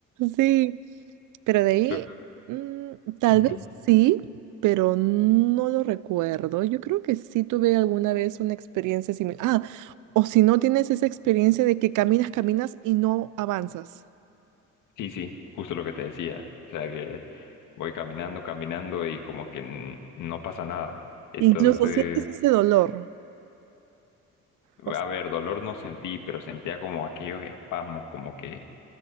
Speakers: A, on the right; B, on the left.
A: Sí, pero de ahí,
B: Pues,
A: mm, tal
B: ujú.
A: vez sí, pero no lo recuerdo. Yo creo que sí tuve alguna vez una experiencia similar. ah o si no tienes esa experiencia de que caminas, caminas y no avanzas.
B: Sí, sí, justo lo que te decía. O sea que voy caminando, caminando y como que n- no pasa nada. Entonces,
A: Incluso sientes ese dolor. O sea,
B: a ver, dolor no sentí, pero sentía como aquellos espasmos, como que